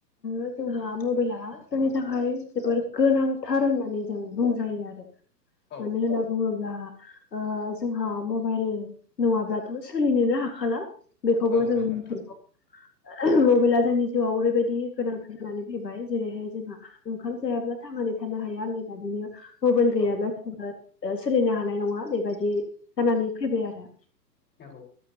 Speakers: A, on the left; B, on the left.
A: ओ जोंहा मबाइला जोंनि थाखाय जोबोर गोनांथार होननानै जों बुंजायो आरो
B: औ
A: मानो होनना बुङोब्ला ओ जोंहा मबाइल नङाब्लाथ' सोलिनोनो हा खाला बेखौबो
B: औ नंगौ
A: जों मिथिगौ
B: नोंथां
A: मबाइला जोंनि जिउआव ओरैबायदि गोनां थार जानानै फैबाय जेरैहाय जोंहा ओंखाम जायाब्ला थांनानै थानो नो हाया होननाय बादिनो मबाइल गैयाब्ला
B: औ
A: जोङो ओ सोलिनो हानाय नङा बेबायदि जानानै फैबाय आरो।
B: नंगौ